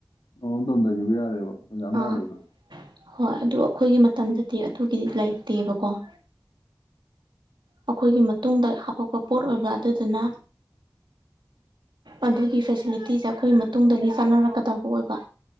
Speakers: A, on the left; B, on the right.
A: ꯑꯣ ꯇꯣꯟꯊꯈꯤꯕ ꯌꯥꯔꯦꯕ ꯐꯖꯥꯅ ꯊꯥꯔꯁꯨ
B: ꯑꯥ ꯍꯣꯏ ꯑꯗꯨꯗ ꯑꯩꯈꯣꯏꯒꯤ ꯃꯇꯝꯗ ꯂꯩꯇꯦꯕꯀꯣ ꯑꯩꯈꯣꯏꯒꯤ ꯃꯇꯨꯡꯗ ꯍꯥꯄꯛꯄ ꯄꯣꯠ ꯑꯣꯏꯕ ꯑꯗꯨꯗꯨꯅ ꯑꯗꯨꯒꯤ ꯐꯦꯁꯤꯂꯤꯇꯤꯁꯦ ꯑꯩꯈꯣꯏ ꯃꯇꯨꯡ ꯆꯥꯅꯔꯛꯀꯗꯕ ꯑꯣꯏꯕ